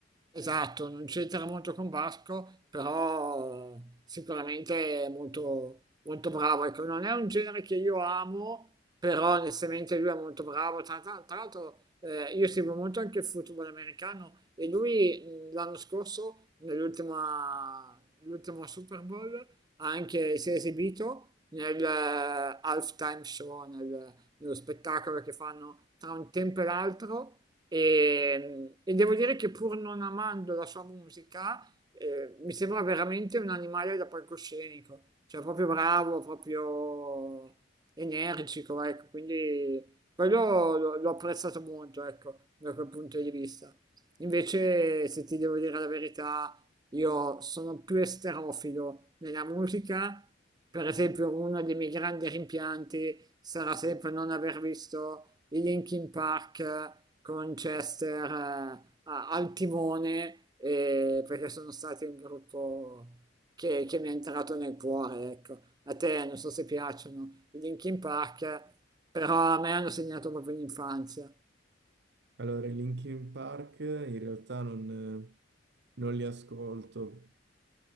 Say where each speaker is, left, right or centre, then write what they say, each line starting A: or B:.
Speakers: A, on the right; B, on the right.
A: Esatto, non c'entra molto con Basco, però sicuramente è molto, molto bravo. Ecco, non è un genere che io amo, però onestamente lui è molto bravo. Tra, tra- tra l'altro, eh, io seguo molto anche il football americano e lui mh, l'anno scorso, nell'ultima l'ultimo Super Bowl, ha anche, si è esibito nel eh, halftime show, nel- nello spettacolo che fanno tra un tempo e l'altro e, e devo dire che pur non amando la sua musica, eh, mi sembra veramente un animale da palcoscenico, cioè proprio bravo, proprio energico, ecco, quindi quello l'ho l'ho apprezzato molto, ecco, da quel punto di vista. Invece, se ti devo dire la verità, io sono più esterofilo nella musica. Per esempio, uno dei miei grandi rimpianti sarà sempre non aver visto i Linkin Park con Chester eh, a- al timone eh, perché sono stati un gruppo che, che mi è entrato nel cuore, ecco. A te non so se piacciono i Linkin Park, però a me hanno segnato proprio l'infanzia.
B: Allora, i Linkin Park in realtà non, non li ascolto.